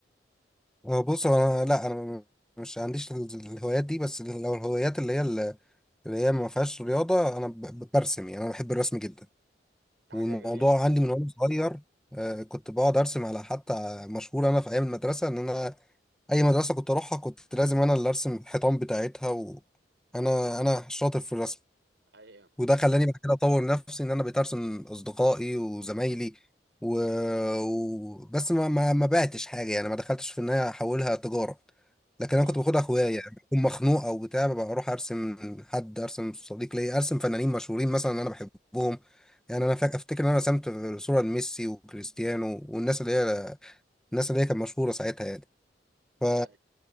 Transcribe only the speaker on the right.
دي
حاجة جميلة
أيوه
أه
ده